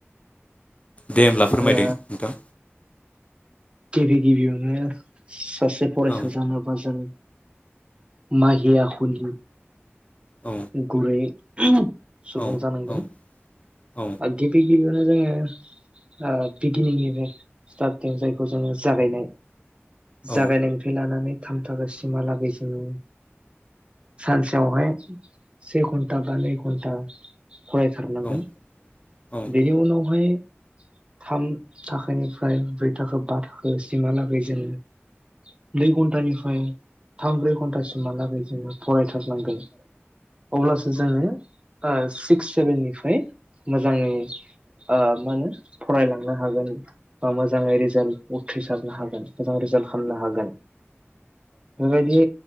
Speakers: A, on the left (about 30°); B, on the right (about 25°).
A: दे होमब्ला फोरमायदो
B: ओ
A: नोंथां।
B: गिबि गिबियावनो सासे फरायसा
A: औ
B: जानोबा जों माहि आखुनि
A: औ
B: गुरै <unintelligible> सुबुं
A: औ
B: जानांगोन।
A: औ औ
B: आ गिबि गिबियाव नो जोङो ओ बिगिनिंनिफ्राय स्टार्टिं जायखौ जोङो जागायनाय
A: औ
B: जागायनायनिफाय लानानै थाम थाखोसिमहालागै जोङो सानसेआवहाय से खनथा बा नै घन्टा फरायथारनांगोन।
A: औ औ
B: बेनि
A: औ
B: उनावहाइ थाम थाखोनिफ्राय ब्रै थाखो बा थाखो सिमहालागै जोङो नै घन्टानि फाय थाम ब्रै घन्टासिम हालागै जोङो फराय थारनांगोन अब्लासो जोङो ओ सिक्स सेभेननिफ्राय मो जाङै ओ मानो फरायलांनो हागोन बा मोजाङै रिजाल्ट उथ्रिसारनो हागोन एबा रिजाल्ट खालामनो हागोन। बेबायदि